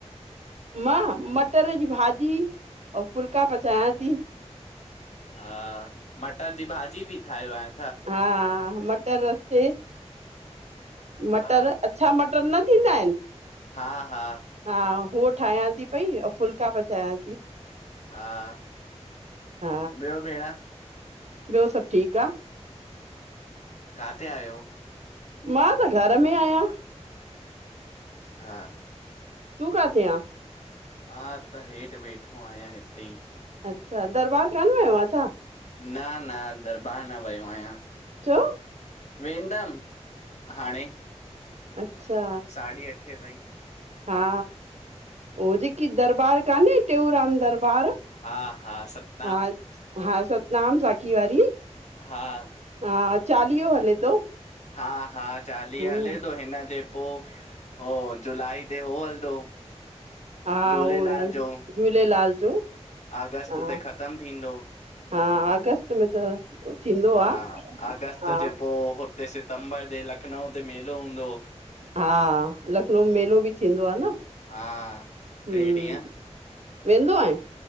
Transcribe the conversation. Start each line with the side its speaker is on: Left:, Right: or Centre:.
Right: मां मटर जी
Left: हा
Right: भाॼी अऊ फुल्का पचायां थी।
Left: हा मटर जी भाॼी बि ठाहियो आहे।
Right: हा मटर रस्ते। मटर
Left: हा
Right: अच्छा मटर न थींदा आहिन।
Left: हा हा
Right: हा हुह ठाहियां थी पई अउ फुल्का पचायां थी
Left: हा,
Right: हा
Left: ॿियो भेण।
Right: ॿियो सब ठीक आ।
Left: काथे आहियो?
Right: मां त घर में आहियां।
Left: हा।
Right: तूं काथे आ?
Left: मां त हेठ वेठो आहियां हिते ई।
Right: अच्छा दरबार कान वयो आ छा!
Left: न न दरबार न वियो आहियां।
Right: छो?
Left: वेंदम हाणे।
Right: अच्छा,
Left: साढी़ अठे ताईं।
Right: हा ओह जेकी दरबार कान्हे टेऊराम दरबार।
Left: हा हा सभु
Right: हा हा सतनाम साखी वारी
Left: हा,
Right: हा, चालीहो हले थो।
Left: हा हा, चालीहो
Right: हूं
Left: हले थो। हिन जे पोइ हो जूलाई ते हो हलंदो,
Right: हा
Left: झूलेलाल
Right: उहो न
Left: जो
Right: झूलेलाल जो?
Left: अगस्त
Right: हा
Left: ते ख़तम थींदो।
Right: हा अगस्त में त थींदो
Left: हा
Right: आ
Left: अगस्त
Right: हा
Left: जे पोइ हूते सितंबर ते लखनऊ ते मेलो हूंदो।
Right: हा लखनऊ में मेलो बि थींदो आहे न?
Left: हा
Right: हम
Left: टे ॾींहं
Right: वेंदो आ?